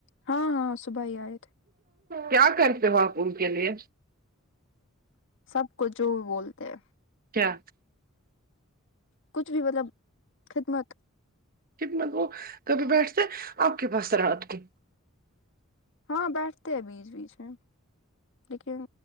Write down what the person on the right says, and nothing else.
کیا کرتے ہو آپ ان کے لیے
کیا
کتنا وہ کبھی بیٹھتے آپ کے پاس رات کے